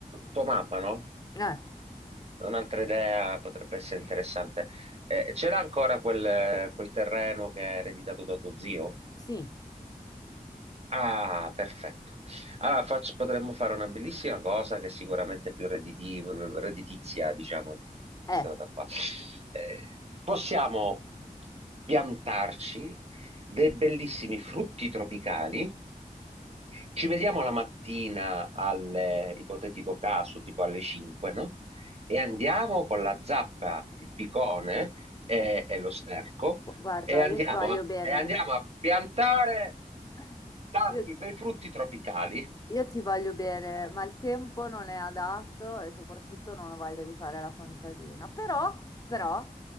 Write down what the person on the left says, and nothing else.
Eh,
sì,
eh.
No.
Gu- Guarda,
io ti voglio
bene.
<laughs>
Io
Io ti voglio bene, ma il tempo non è adatto e soprattutto non ho voglia di fare la contadina. Però, però,